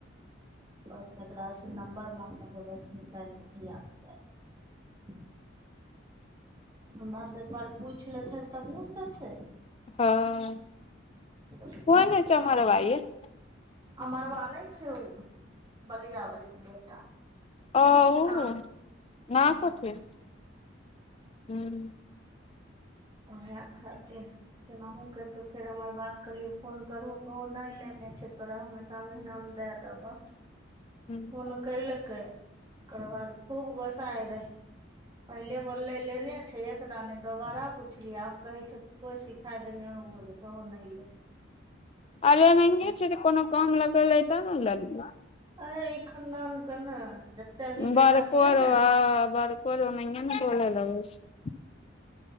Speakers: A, on the right; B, on the left.
A: बस एकरासँ नम्बर मागलकै बस निकालि कऽ भैयाकेँ दए देल हमरा से एकबार पूछि लेतै तभी ने देतै
B: <unintelligible>
A: बस दए देल अमरबा नहि छै ओ बलिया बलीे बेटा
B: <unintelligible>
A: न हँ उएह खातिर केनाहु करि कऽ फेर हमर बात कहलियै फोन करहो कहू नहि लेले नहि छै तोरा हम एका महना मे दए देबऽ
B: हूं।
A: फोन केलकै ओकर बाद खूब गोस्सा आ रहै पहिले बो ले लेने छै एक दा ने दोबाराह छली आब कहै छै तो सिखा देने हबो जे कहूँ नहि लेबै
B: अल नहिंगे छै कोनो काम लगलै त ने ल ल <unintelligible>
A: अे ई खनदान के ने जते भी
B: बड़कर
A: बेटा छै ने
B: आ बरकर हो ने अ ने बोललगै छै